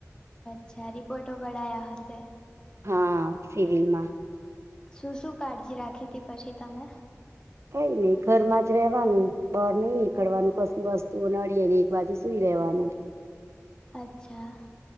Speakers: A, on the left (about 15°); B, on the right (about 55°).
A: અચ્છા રિપોર્ટો કરાયા હશે.
B: હા સિવિલમાં.
A: શું શું કાળજી રાખી હતીી પછી તમે
B: કઈ નઈ ઘર માં જ રવાનું બહાર નઈ નીકળવાનું કશી વસ્તુઓ નડીે બાજી સુઈ રેવાનું
A: અચ્છા